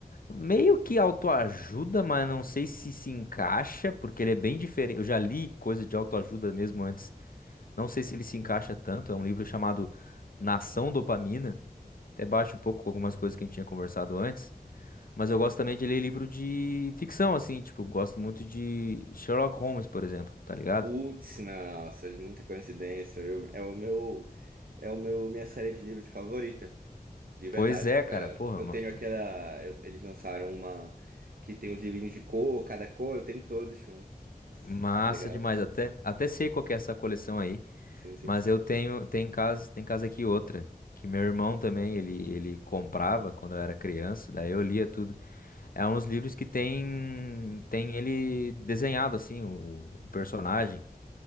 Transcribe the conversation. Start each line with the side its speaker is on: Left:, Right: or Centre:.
Left: Meio que autoajuda, mas não sei se se encaixa, porque ele é bem diferente. Eu já li coisa de autoajuda mesmo antes, não sei se ele se encaixa tanto. É um livro chamado Nação Dopamina, até bate um pouco com algumas coisas que a gente tinha conversado antes. Mas eu gosto também de ler livro de ficção, assim, tipo, gosto muito de Sherlock Holmes, por exemplo, tá ligado?
Right: Putz, nossa, muita coincidência. Eu- é o meu, é o meu, minha série de livros favorita. De verdade.
Left: Pois é, cara,
Right: já-
Left: porra,
Right: Eu
Left: ma-
Right: tenho aquela. eu- Eles lançaram uma que tem os livrinhos de cor, cada cor, eu tenho todos, mano.
Left: massa
Right: Tá ligado?
Left: demais. Até, até sei qual que é essa coleção aí.
Right: Sim, sim.
Left: Mas eu tenho, tem casa, tem casa aqui outra, que meu irmão também, ele, ele comprava quando eu era criança, daí eu lia tudo. É uns livros que tem, tem ele desenhado, assim, o, o personagem,